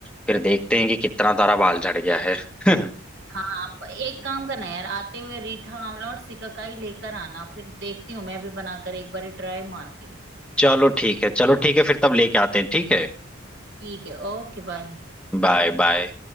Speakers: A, in the centre; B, on the right.
A: फिर देखते हैं कि कितना तारा बाल झड़ गया है <laughs>
B: हाँ आप एक काम करना यार आते हुए रीठा आंवला और सिकाकाई लेकर आना फिर देखती हूँ मैं भी बनाकर एक बार ट्राई मारती हूँ
A: चलो ठीक है चलो ठीक है फिर तब लेके आते हैं ठीक है
B: ठीक है ओके बाय
A: Bye bye